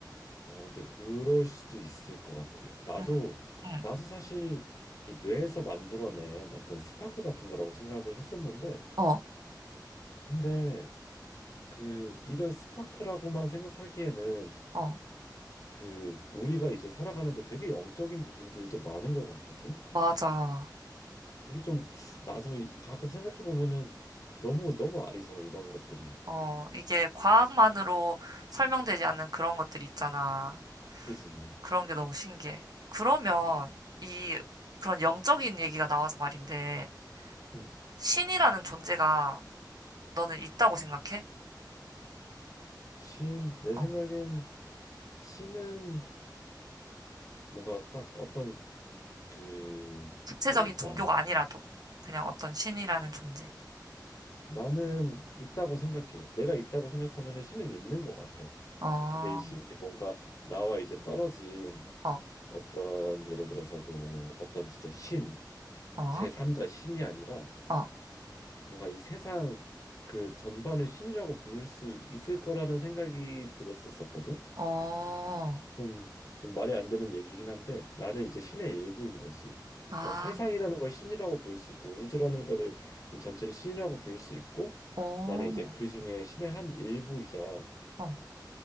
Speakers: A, on the left; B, on the right.
A: 어, 근데 그럴 수도 있을 것 같아. 나도,
B: 응, 응.
A: 나도 사실 이 뇌에서 만들어낸 어떤 스파크 같은 거라고 생각을 했었는데,
B: 어,
A: 근데 그 이런 스파크라고만 생각하기에는
B: 어,
A: 그 우리가 이제 살아가는데 되게 영적인 부분들도 많은 것 같거든.
B: 맞아.
A: 이게 좀 나도 이- 가끔 생각해 보면은 너무 너무 아리송해 이런 것들이.
B: 어, 이게 과학만으로
A: 어,
B: 설명되지 않는 그런 것들이 있잖아.
A: 그지.
B: 그런 게 너무 신기해. 그러면
A: 음,
B: 이 그런 영적인 얘기가 나와서 말인데
A: 음,
B: 신이라는 존재가
A: 음.
B: 너는 있다고 생각해?
A: 신, 내 생각엔
B: 어.
A: 신은 뭔가 딱 어떤 그
B: 구체적인
A: 뭐랄까
B: 종교가 아니라도 그냥 어떤 신이라는 존재.
A: 나는 있다고 생각해. 내가 있다고 생각하면은 신은 있는 것 같아.
B: 어,
A: 근데 이 신이 뭔가 나와 이제 떨어진
B: 어,
A: 어떤 예를 들어서 뭐 어떤 진짜 신,
B: 어,
A: 제3자 신이 아니라
B: 어,
A: 뭔가 이 세상 그 전반을 신이라고 부를 수 있을 거라는 생각이 들었었거든.
B: 어,
A: 좀, 좀 말이 안 되는 얘기긴 한데 나는 이제 신의 일부인 거지.
B: 아,
A: 그러니까 세상이라는 걸 신이라고 부를 수 있고 우주라는 거를 이 전체를 신이라고 부를 수 있고
B: 어,
A: 나는 이제 그 중에 신의 한 일부이자
B: 어.